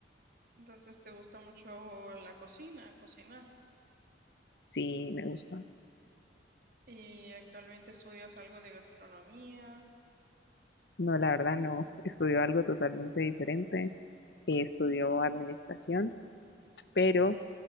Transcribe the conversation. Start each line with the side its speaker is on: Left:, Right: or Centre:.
Right: Entonces, ¿te gusta mucho la cocina, cocinar?
Left: Sí, me gusta.
Right: Y actualmente estudias algo de gastronomía.
Left: No, la verdad no. <laughs> Estudió algo totalmente diferente. Eh, estudió administración, pero